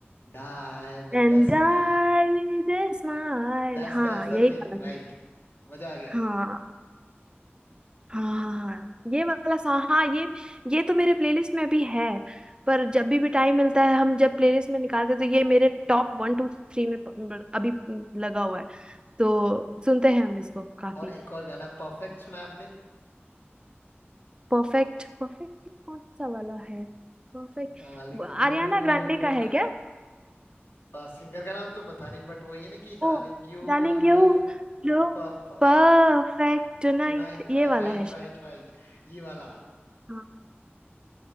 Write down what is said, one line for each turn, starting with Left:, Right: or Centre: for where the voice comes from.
Left: die with
Right: एंड
Left: the
Right: डाई
Left: smile
Right: विद स्माइल
Left: That's
Right: हाँ
Left: that's the
Right: यही
Left: thing
Right: वाला
Left: right मजा आ गया
Right: हाँ हाँ हाँ हाँ ये वाला सॉन्ग हाँ ये ये तो मेरे प्लेलिस्ट में भी है पर जब भी भी टाइम मिलता है हम जब प्लेलिस्ट में निकालते हैं तो ये मेरे टॉप वन टू थ्री में प- अभी लगा हुआ है तो सुनते हैं हम इसको काफी
Left: और एक और गाना परफेक्ट सुना आपने
Right: परफेक्ट परफेक्ट कौन सा वाला है परफेक्ट
Left: Darling
Right: आरियाना
Left: you
Right: ग्रांडे
Left: look
Right: का है क्या
Left: सिंगर का नाम तो पता नहीं बट वही है ना कि darling
Right: Oh
Left: you
Right: darling you
Left: look look
Right: look
Left: papa
Right: perfect tonight
Left: Tonight
Right: ये वाला
Left: right
Right: है शायद
Left: right right ये वाला
Right: हाँ,